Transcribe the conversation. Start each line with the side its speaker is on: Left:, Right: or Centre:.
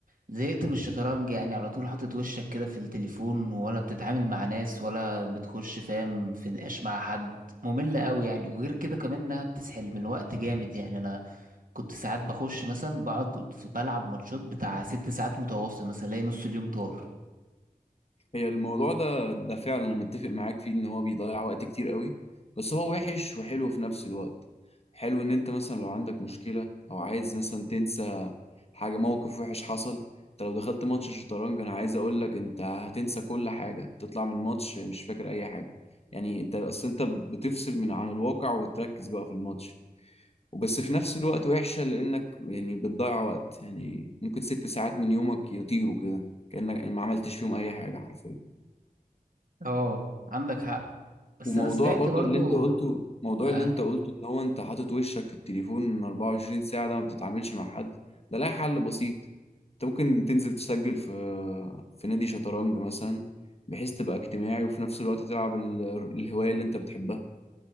Right: زهقت من الشطرنج يعني على طول حاطط وشك كده في التليفون ولا بتتعامل مع ناس ولا بتخش فاهم في نقاش مع حد مملة قوي يعني وغير كده كمان انها بتسحل من الوقت جامد يعني انا كنت ساعات بخش مثلا بقعد في- بلعب ماتشات بتاع ست ساعات متواصل مثلا الاقي نص اليوم طار
Left: هي الموضوع ده ده فعلا انا متفق معاك فيه ان هو بيضيع وقت كتير قوي بس هو وحش وحلو في نفس الوقت حلو ان انت مثلا لو عندك مشكلة او عايز مثلا تنسى حاجة موقف وحش حصل انت لو دخلت ماتش الشطرنج انا عايز اقول لك انت هتنسى كل حاجة تطلع من الماتش مش فاكر اي حاجة يعني انت اصل انت بتفصل من عن الواقع وتركز بقى في الماتش وبس في نفس الوقت وحشة لانك يعني بتضيع وقت يعني ممكن ست ساعات من يومك يطيروا كده كأنك ما عملتش فيهم اي حاجة حرفيا
Right: اه عندك حق بس
Left: وموضوع
Right: انا سمعت
Left: برضو
Right: برضو
Left: اللي انت قلته موضوع
Right: آه
Left: اللي انت قلته ان هو انت حاطط وشك في التليفون 24 ساعة ده ما بتتعاملش مع حد ده لها حل بسيط انت ممكن تنزل تسجل في في نادي شطرنج مثلا بحيث تبقى اجتماعي وفي نفس الوقت تلعب ال- الهواية اللي انت بتحبها